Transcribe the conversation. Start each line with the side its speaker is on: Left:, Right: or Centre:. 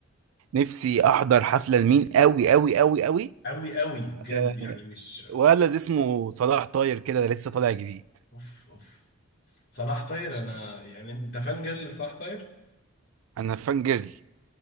Right: ونفسي احضر حفله لمين قوي قوي قوي قوي
Left: أوي أوي بجد
Right: آه،
Left: يعني مش
Right: ولد اسمه صلاح طاير كده ده لسه طالع جديد
Left: أوف أوف صلاح طاير أنا يعني أنت فان جيرل لصلاح طاير؟
Right: انا فان جيرل